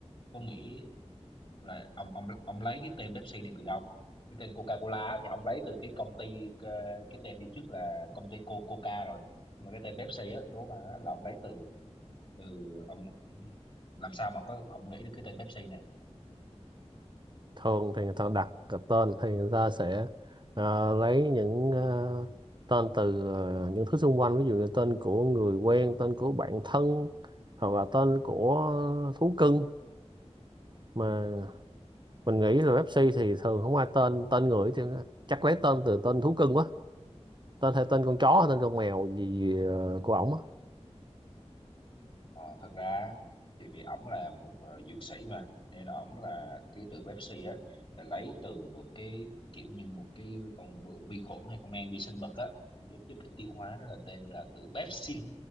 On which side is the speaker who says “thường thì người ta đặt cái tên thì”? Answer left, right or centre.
Right